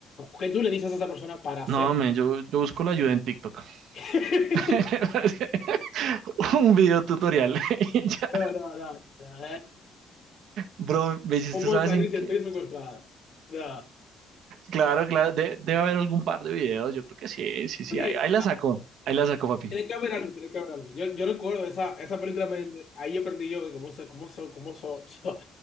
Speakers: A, on the left; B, on the right.
A: ¿Qué tú le dices a esa persona para hacer?
B: No, men, yo, yo busco la ayuda en TikTok.
A: <laughs>
B: <laughs> Un video tutorial. <laughs> y ya.
A: No, no, no, no.
B: Bro, me hiciste,
A: ¿Cómo
B: ¿sabes
A: salir
B: en
A: si
B: qué?
A: estoy secuestrada? No.
B: Claro, claro, de- debe haber algún par de videos. Yo creo que sí, sí, sí.
A: Sí,
B: Ahí, ahí la saco, ahí la saco, papi.
A: Tiene que haber algo, tiene que haber algo. Yo, yo recuerdo esa, esa película, me- me- ahí aprendí yo de cómo, so- cómo, so- cómo so- so-